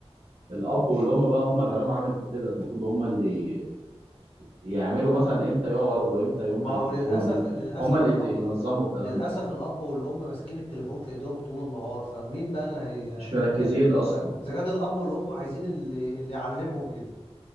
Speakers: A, on the right; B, on the left.
A: الاب والام بقى هم اللي عليهم عامل في كده المفروض هم اللي يعملوا مثلا امتى يقعد وامتى يقوم
B: ما
A: من على
B: هو
A: التليفون
B: للاسف
A: امتى
B: للاسف
A: هم اللي
B: الاب
A: ينظموا الكلام
B: للاسف
A: ده
B: الاب والام ماسكين التليفون في ايديهم طول النهار فمين بقى اللي هي
A: مش مركزين
B: ده
A: اصلا
B: آه، اذا كان الاب والام عايزين اللي اللي يعلمهم كده